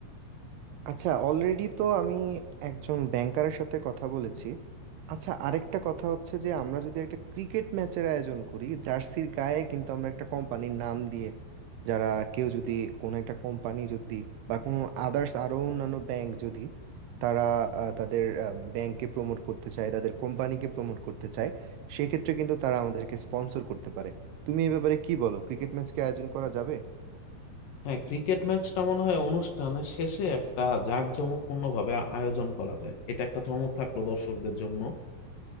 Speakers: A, on the right; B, on the left.
A: আচ্ছা অলরেডি তো আমি একজন ব্যাংকারের সাথে কথা বলেছি আচ্ছা আরেকটা কথা হচ্ছে যে আমরা যদি একটা ক্রিকেট ম্যাচের আয়োজন করি জার্সির গায়ে কিন্তু আমরা একটা কোম্পানির নাম দিয়ে যারা কেউ যদি কোনো একটা কোম্পানি যদি বা কোনো আদার্স আরো অন্যান্য ব্যাংক যদি তারা আহ, তাদের ব্যাংককে প্রমোট করতে চায় তাদের কোম্পানিকে প্রমোট করতে চায় সেক্ষেত্রে কিন্তু তারা আমাদেরকে স্পন্সর করতে পারে তুমি এই ব্যাপারে কি বলো ক্রিকেট ম্যাচকে আয়োজন করা যাবে
B: হ্যাঁ ক্রিকেট ম্যাচটা মনে হয় অনুষ্ঠানের শেষে একটা জাঁকজমকপূর্ণ ভাবে আয়োজন করা যায় এটা একটা চমক থাকলো দর্শকদের জন্য